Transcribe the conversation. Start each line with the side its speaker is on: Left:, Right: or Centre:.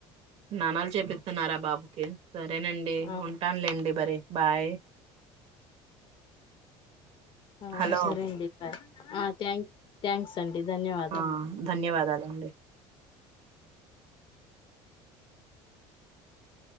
Right: స్నానాలు చేపిస్తున్నారా బాబుకి సరేనండి
Left: ఆ
Right: ఉంటానులేండి మరి బాయ్
Left: ఆ
Right: హలో
Left: సరే అండి బాయ్ థ్యాంక్ థ్యాంక్స్ తండి ధన్యవాదాలు
Right: ఆ ధన్యవాదాలండి
Left: <inaudible>